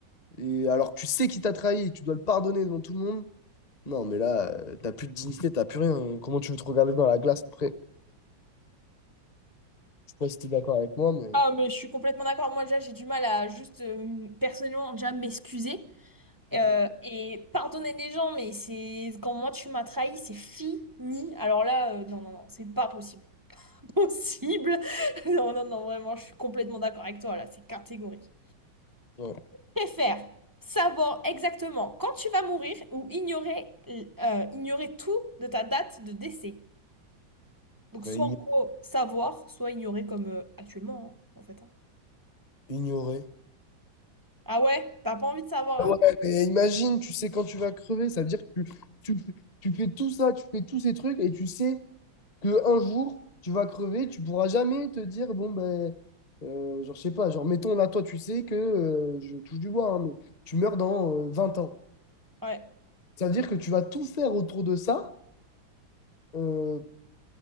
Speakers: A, on the left; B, on the right.
A: Et alors, que tu sais qu'il t'a trahi, et tu dois le pardonner devant tout le monde. Non, mais là, euh, t'as plus de dignité, t'as plus rien. hein. Comment tu veux te regarder dans la glace après? Je sais pas si t'es d'accord avec moi, mais.
B: Ah, mais je suis complètement d'accord. Moi, déjà, j'ai du mal à juste euh, personnellement déjà m'excuser
A: euh,
B: euh, et pardonner les gens. Mais c'est quand moi tu m'as trahi, c'est fini. Alors là, euh, non, non, non, c'est pas possible. <laughs> Possible. Non, non, non, vraiment, je suis complètement d'accord avec toi là. C'est catégorique.
A: Ouais.
B: Préfère savoir exactement quand tu vas mourir ou ignorer, euh, ignorer tout de ta date de décès. Donc soit
A: Ouais, igno-
B: en gros savoir, soit ignorer comme euh, actuellement hein, en fait. hein.
A: Ignorer.
B: Ah ouais, t'as pas envie de savoir.
A: Ouais,
B: hein
A: mais imagine, tu sais quand tu vas crever, ça veut dire que tu, tu, tu fais tout ça, tu fais tous ces trucs et tu sais que un jour, tu vas crever, tu pourras jamais te dire, bon, ben, euh, genre, je sais pas, genre, mettons là, toi, tu sais que, euh, je touche du bois, hein, mais tu meurs dans euh, 20 ans.
B: Ouais,
A: Ça veut dire que tu vas tout faire autour de ça euh,